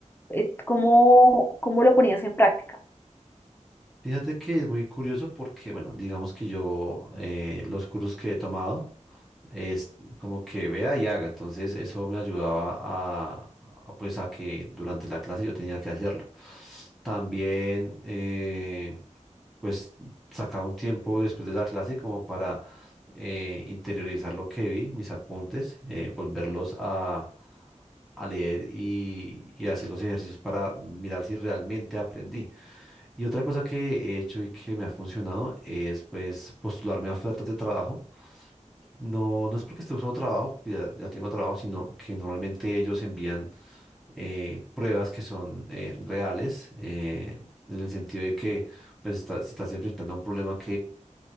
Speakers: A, on the left (about 15°); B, in the centre.
A: eh, ¿cómo, cómo lo ponías en práctica?
B: Fíjate que es muy curioso porque, bueno, digamos que yo eh, los cursos que he tomado es como que vea y haga. Entonces eso me ayudaba a, a, pues a que durante la clase yo tenía que hacerlo. También eh, pues sacaba un tiempo después de la clase como para eh, interiorizar lo que vi, mis apuntes, eh, volverlos a, a leer y, y hacer los ejercicios para mirar si realmente aprendí. Y otra cosa que he hecho y que me ha funcionado es pues postularme a ofertas de trabajo no, no es porque esté buscando trabajo, porque ya, ya tengo trabajo, sino que normalmente ellos envían eh, pruebas que son eh, reales, eh, en el sentido de que pues, está- se estás enfrentando a un problema